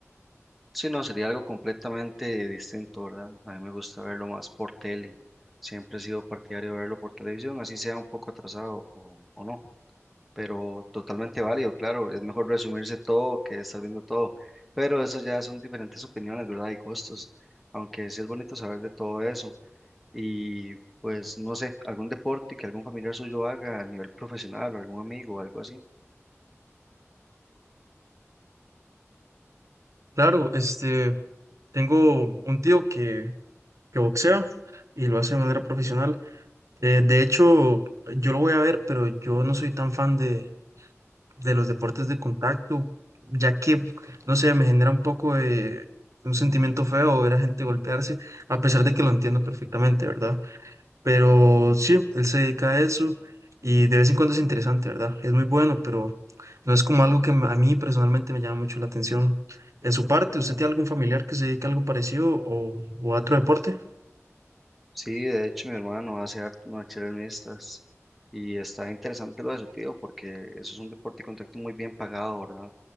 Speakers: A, in the centre; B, on the right (about 80°).
A: Sí, no, sería algo completamente distinto, ¿verdad? A mí me gusta verlo más por tele. Siempre he sido partidario de verlo por televisión, así sea un poco atrasado o o no. pero totalmente válido, claro, es mejor resumirse todo que estar viendo todo, pero eso ya son diferentes opiniones, ¿verdad? Y gustos, aunque sí es bonito saber de todo eso. Y pues no sé, algún deporte que algún familiar suyo haga a nivel profesional o algún amigo o algo así.
B: Claro, este, tengo un tío que, que boxea y lo hace de manera profesional. Eh, de hecho, yo lo voy a ver, pero yo no soy tan fan de, de los deportes de contacto, ya que, no sé, me genera un poco de un sentimiento feo ver a gente golpearse, a pesar de que lo entiendo perfectamente, ¿verdad? Pero sí, él se dedica a eso y de vez en cuando es interesante, ¿verdad? Es muy bueno, pero no es como algo que me- a mí personalmente me llama mucho la atención. En su parte, ¿usted tiene algún familiar que se dedique a algo parecido o, o a otro deporte?
A: Sí, de hecho mi hermano hace artes marciales mixtas y está interesante lo de su tío porque eso es un deporte de contacto muy bien pagado, ¿verdad?